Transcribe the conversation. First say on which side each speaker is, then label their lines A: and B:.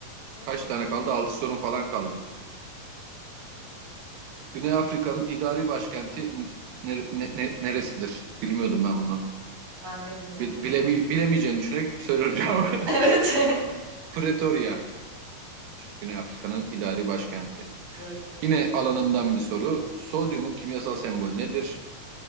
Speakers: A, on the right; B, on the right.
A: Hmm,
B: Kaç tane kaldı? 6 sorun falan kaldı. Güney Afrika'nın idari başkenti n- ne- ne- neresidir? Bilmiyordum ben bunu.
A: ben de bilmiyordum.
B: Bi- Bile, bilemeyeceğini düşünerek söylüyorum cevabı.
A: Evet. <laughs>
B: <laughs> Pretoria'mış Güney Afrika'nın idari başkenti.
A: Proletarya.
B: Yine alanından bir soru. Sodyumun kimyasal sembolü nedir?